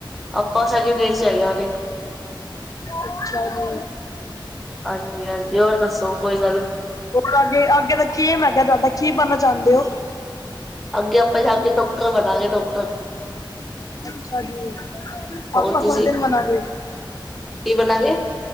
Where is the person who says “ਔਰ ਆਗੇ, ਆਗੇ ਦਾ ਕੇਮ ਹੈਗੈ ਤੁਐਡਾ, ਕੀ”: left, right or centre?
Left